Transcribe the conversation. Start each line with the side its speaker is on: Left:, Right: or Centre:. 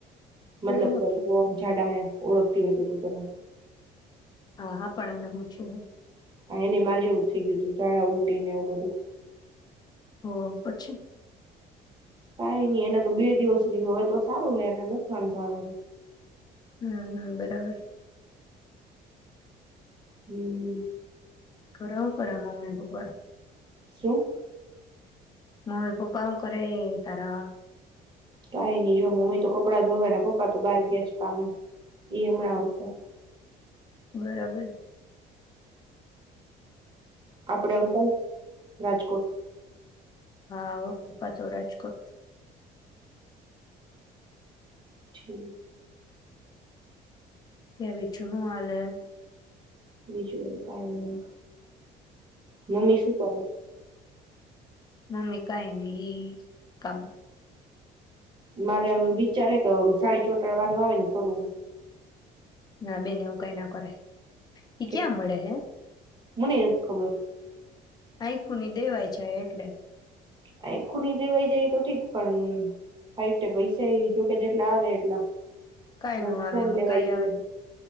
Right: મતલબ
Left: હું
Right: કે
Left: છું
Right: બહું આમ જાડા હે. ઓળખતી હોય તો તું પેલા.
Left: હા-હા પણ એને હું થયું હે.
Right: હા એને માર જેવું જ થઈ ગયું તું ઝાડા ઉલટી ને એવું બધું.
Left: હા પછી?
Right: કાંઈ નહી એને તો બે દિવસ રહ્યું હવે તો સારું હોય એને નથ વાંધો આવે એમ.
Left: હમ્મ-હમ્મ બરાબર છે.
Right: હમ્મ.
Left: કરાવ કરામ મમ્મી પપ્પા
Right: શું?
Left: મમ્મી પપ્પા હું કરે હે તારા?
Right: કાઈ નઈ, જો મમ્મી તો કપડાં ધોવા ને પપ્પા તો બહાર ગયા છે કામે, એ હમણાં <unintelligible>
Left: મે બી.
Right: આપડે અંકલ રાજકોટ
Left: હા, હો પપ્પા તો રાજકોટ
Right: છે.
Left: કે આવી છું હું હાલે
Right: બીજું કાઈ નઈ. મમ્મી શું કરે?
Left: મમ્મી કાઇની જ કામ
Right: મારે આમ વિચારે હે કે સાડી ચોંટાડવાનું આવે ન, ઈ કરું.
Left: ના બેન, એવું કઈ ના કરાય. એ
Right: કે
Left: ક્યાં મળે હે?
Right: મને એક ખબર
Left: આંઈ ખૂની દેવાય જાય એટલે.
Right: આંઈ ખુની દેવાઈ જાય એ તો ઠીક, પણ હાઈ તે પૈસા જોકે જેટલા આવે એટલા.
Left: કાંઈ
Right: નવો
Left: ન આવે
Right: ફોન
Left: એમાં,
Right: લેવાઈ
Left: કાંઈ
Right: જાય
Left: આવે